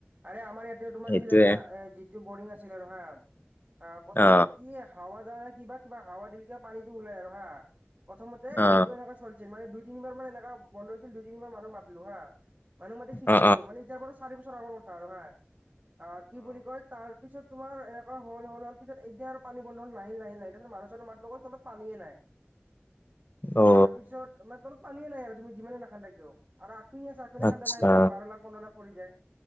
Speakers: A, on the right (about 35°); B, on the left (about 45°).
A: আৰেই আমাৰ ইয়াতে তোমাৰ
B: সেইটোয়ে
A: কি জানা এ যি বৰিং আছিল হা আহ প্ৰথমতে
B: অ
A: কি হাৱা যাৱাই কিবা কিবা হাৱা দিলে পানীতটো ওলাই আৰু হা। প্ৰথমতে
B: অ
A: এনেকুৱ এনেকুৱা কৰিছিল মানে দুই তিনিবাৰ এনেকা বন্ধ হৈছিল দুই তিনিবাৰ মানুহ মাতিলো হা। মানুহ মাতি ঠিক
B: অ
A: কৰিলো মানে এতিয়াৰ পৰা চাৰি বছৰ আগৰ কথা আৰু হা অ' কি বুলি কয় তাৰ পিছত তোমাৰ এনেুৱা হ'ল হ'ল পিছত এয়া আৰু পানী বন্ধ হ'ল নাহিল নাহিল নাই। তাৰপিছত মানুহ চানোহ মাতিলো গৈ পানীয়ে নাই।
B: অ
A: তাৰ পিছত মানে তলত পানীয়ে নাই আৰু তুমি যিমানে নাখান্দা কিয় আৰু আকপিনে আছে আগপিনে
B: আচ্ছা
A: খান্দা নাই। পননাত পৰি যায়।